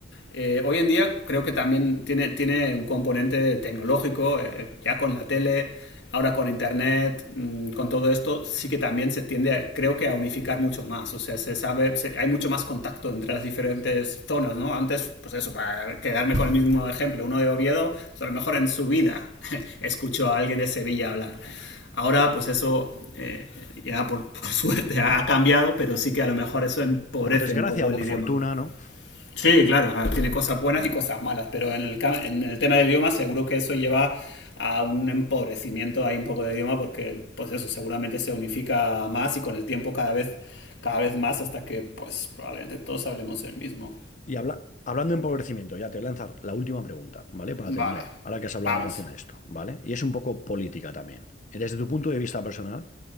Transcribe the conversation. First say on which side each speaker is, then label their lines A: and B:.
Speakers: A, on the left; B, on the left.
A: Eh, hoy en día creo que también tiene, tiene un componente tecnológico, eh, ya con la tele, ahora con internet, mm, con todo esto, sí que también se tiende, creo que, a unificar mucho más. O sea, se sabe, se- hay mucho más contacto entre las diferentes zonas, ¿no? Antes, pues eso, para quedarme con el mismo ejemplo, uno de Oviedo, pues a lo mejor en su vida <laughs> escuchó a alguien de Sevilla hablar. Ahora, pues eso eh, ya por, <laughs> por, suerte ha cambiado, pero sí que a lo mejor eso empobrece
B: por desgracia
A: un poco
B: o
A: el
B: por
A: idioma.
B: fortuna, ¿no?
A: Sí, claro, ah, tiene cosas buenas y cosas malas, pero en el, en el tema del idioma seguro que eso lleva a un empobrecimiento ahí un poco de idioma porque pues eso seguramente se unifica más y con el tiempo cada vez cada vez más hasta que pues probablemente todos hablemos el mismo.
B: Y habla- hablando de empobrecimiento, ya te voy a lanzar la última pregunta, ¿vale? Para
A: Vale,
B: terminar, ahora que has hablado
A: vamos.
B: en relación a esto, ¿vale? Y es un poco política también. Desde tu punto de vista personal,